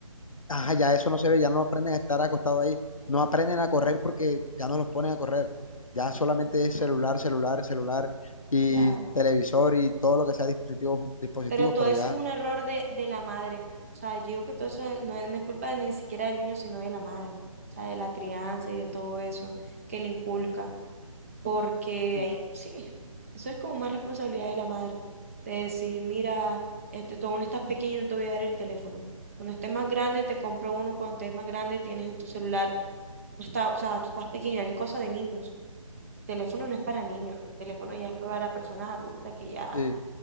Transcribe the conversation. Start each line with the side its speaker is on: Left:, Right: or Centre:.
Left: ajá, ya eso no se ve, ya no aprenden a estar acostados ahí, no aprenden a correr porque ya no los ponen a correr, ya solamente es celular, celular, celular y
Right: Claro.
Left: televisor y todo lo que sea dispositivos, dispositivos,
Right: Pero todo
Left: pero
Right: eso
Left: ya,
Right: es un error de, de la madre. O sea, yo digo que todo eso no es, no es culpa ni siquiera del niño, sino de la madre. O sea, de la crianza y de todo eso que le inculca. Porque
Left: mm,
Right: ahí sí, eso es como más responsabilidad de la madre. De decir, mira, este, tú aún estás pequeño, no te voy a dar el teléfono. Cuando estés más grande, te compro uno. Cuando estés más grande, tienes en tu celular. Tú estás- o sea, tú estás pequeño, hay cosas de niños. Teléfono no es para niños, teléfono ya es para personas adultas que ya,
Left: sí,